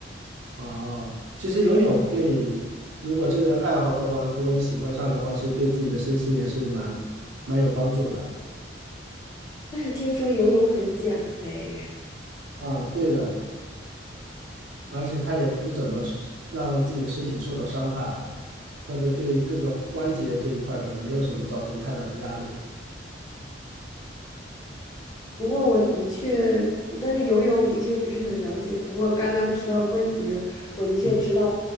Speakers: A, on the right (about 80°); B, on the left (about 20°).
A: 哦，其实游泳对，如果这个爱好的话，如果你喜欢上的话，其实对自己的身心也是蛮蛮有帮助的。
B: 但是听说游泳很减肥。
A: 啊，对的，而且它也不怎么是让自己的身体受到伤害，特别对各个关节这一块儿的没有什么造成太大的压力。
B: 不过我的确，但是游泳我的确不是很了解。不过刚刚提到关节，我的确知道
A: 嗯。